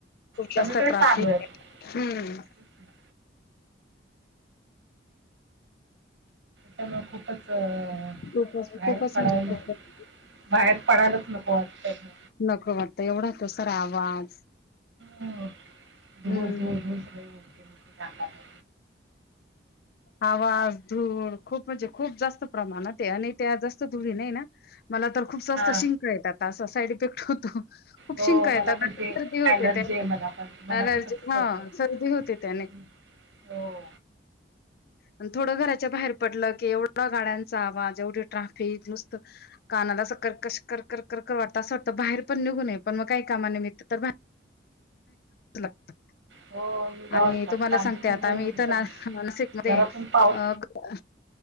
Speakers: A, on the left; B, on the right.
A: खूप
B: सगळीकडे
A: जास्त ट्राफिक
B: चालू आहेत
A: हूं....
B: हम्म, तेच ना. त्याच्यामुळे खूपच बाहेर
A: खूपच खूपच
B: पडायला...
A: म्हणजे खूपच
B: बाहेर पडायलाच नको वाटतं मग.
A: नको वाटतं, एवढा तो सारा आवाज.
B: हो.. धुळ,
A: हम्म
B: धूळ, सगळी नाकामध्ये.
A: आवाज, धूळ खूप म्हणजे खूप जास्त प्रमाणात आहे आणि त्या जास्त धुळीनं हे ना मला तर खूप जास्त
B: हा
A: शिंका येतात, असा साईड इफेक्ट होतो. खूप
B: हो
A: शिंका
B: मला
A: येतात,
B: पण ते
A: सर्दी होते
B: ॲलर्जी
A: त्याने
B: आहे मला पण मला
A: अलर्जी
B: पण तसंच
A: आहे
B: होतं
A: ना, सर्दी होते त्याने.
B: हम्म, हो
A: आणि थोडं घराच्या बाहेर पडलं की, एवढा गाड्यांचा आवाज, एवढी ट्राफिक नुसतं. कानाला अस कर्कश, कर- कर -कर वाटतं असं वाटतं बाहेर पण निघू नये, पण मग काही कामा निमित्त तर बाहेर लागतं.
B: हो मी जावंच
A: आणि
B: लागतं
A: तुम्हांला
B: आमच्या
A: सांगते
B: मुंबईमध्ये
A: आता आम्ही इथं
B: तर
A: नासिक मध्ये
B: घरातून पाऊल
A: अं <unintelligible>